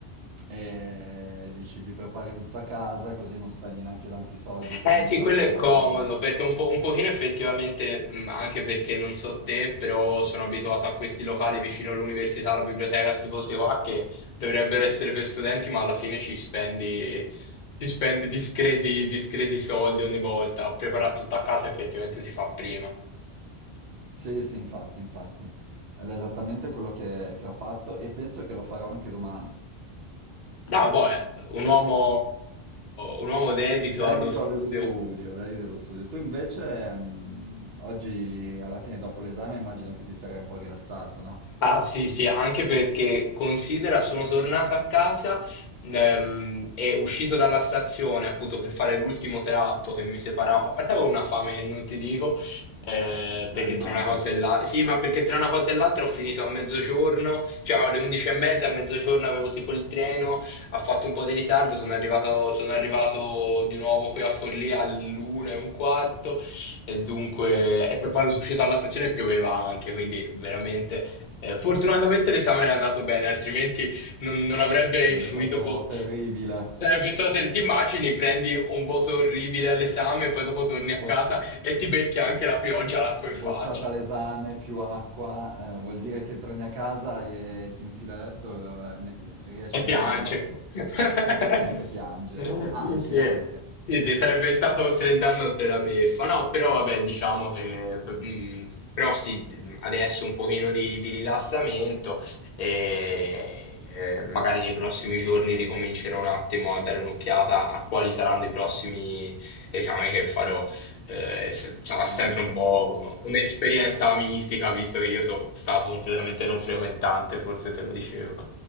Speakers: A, on the right; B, on the left.
A: e dici ti prepari tutto a casa così non spendi neanche tanti soldi per
B: Eh
A: mangiare
B: sì, quello
A: fuori
B: è comodo, perché un po', un pochino effettivamente, mm, anche perché non so te, però sono abituato a questi locali vicino all'università, alla biblioteca, questi posti qua che dovrebbero essere per studenti, ma alla fine ci spendi, ci spendi discreti, discreti soldi ogni volta. A preparare tutto a casa effettivamente si fa prima.
A: Sì, sì, infatti, infatti. Ed è esattamente quello che, che ho fatto e penso che lo farò anche domani.
B: No, boia, un uomo, un uomo dedito
A: Dedito
B: allo studio.
A: allo studio, dedito allo studio. Tu invece, mh, oggi alla fine, dopo l'esame, immagino che ti sarai un po' rilassato, no?
B: Ah sì, sì, anche perché considera, sono tornato a casa ehm, e uscito dalla stazione appunto per fare l'ultimo tratto che mi separava. A parte avevo una fame che non ti dico, eh, perché
A: Eh, immagino.
B: tra una cosa e l'altra. Sì, ma perché tra una cosa e l'altra ho finito a mezzogiorno, cioè alle 11 e mezza, a mezzogiorno avevo tipo il treno, ha fatto un po' di ritardo, sono arrivato, sono arrivato di nuovo qui a Forlì all'una e un quarto. E dunque, e poi quando sono uscito dalla stazione pioveva anche, quindi veramente eh, fortunatamente l'esame è andato bene, altrimenti non, non avrebbe
A: Sarebbe
B: influito.
A: stato
B: po-
A: terribile.
B: Sarebbe stato, te- ti immagini, prendi un voto orribile all'esame, poi dopo torni a
A: Boh,
B: casa e ti becchi anche la pioggia, l'acqua in
A: Bocciata
B: faccia
A: l'esame, più acqua, eh, vuol dire che torni a casa e ti infila a letto e ne- riesci
B: e piange.
A: il giorno dopo.
B: <laughs>
A: E probabilmente piange,
B: Eh,
A: an- anche,
B: sì, sì.
A: anche.
B: Sì, ti sarebbe stato oltre il danno, oltre la beffa. No, però vabbè, diciamo che... p- mm, però sì, adesso un pochino di, di rilassamento e eh, magari nei prossimi giorni ricomincerò un attimo a dare un'occhiata a quali saranno i prossimi esami che farò. Eh, s- sarà sempre
A: No, mi sembra
B: un po'
A: giusto.
B: un'esperienza mistica, visto che io sono stato completamente non frequentante, forse te lo dicevo.